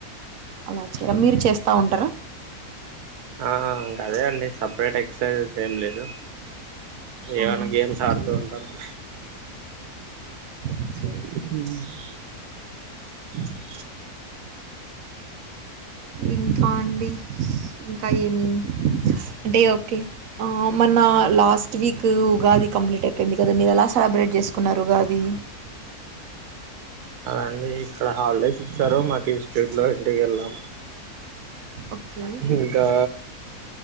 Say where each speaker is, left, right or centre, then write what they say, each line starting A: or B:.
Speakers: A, on the right; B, on the right.
A: అలా చే మీరు చేస్తా ఉంటారా
B: ఆ అదేఅండి సప్రేట్ ఎక్ససైజెస్ ఏం లేదు ఏమన్నా
A: ఆహా!
B: గేమ్స్
A: ఓకే.
B: ఆడుతూ ఉంటాను హమ్
A: ఓకే.
B: - <inaudible>
A: ఇంకా అండి ఇంకా ఏమి అంటే ఓకే మొన్న లాస్ట్ వీక్ ఉగాది కంప్లీట్ అయిపోయింది కదా మీరు ఎలా సెలబ్రేట్ చేసుకున్నారు ఉగాది
B: అండి ఇక్కడ హాల్డేస్ సరో మాకి ఇన్స్టట్ లో ఇంటికి ఎలేమ్
A: ఓకే.
B: ఇంకా